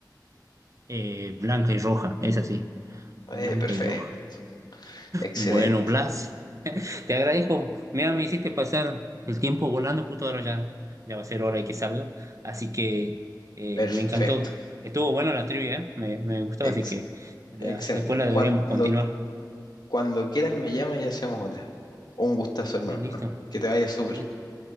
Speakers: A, on the right; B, on the left.
A: eh, blanca y roja, es así.
B: Eh,
A: Blanca
B: perfecto,
A: y roja.
B: excelente,
A: Bueno, Blas, te agradezco. Mira, me hiciste pasar el tiempo volando, justo ahora ya, ya va a ser hora de que salga. Así que eh,
B: perfecto,
A: me encantó. Estuvo bueno la trivia, ¿eh? me, me gustó,
B: ex-
A: así que la-
B: excelente.
A: después la
B: Cuando,
A: deberíamos continuar.
B: cuando quieran me llaman y hacemos otra. Un gustazo,
A: Dale,
B: hermano.
A: listo.
B: Que te vaya súper.
A: Dale,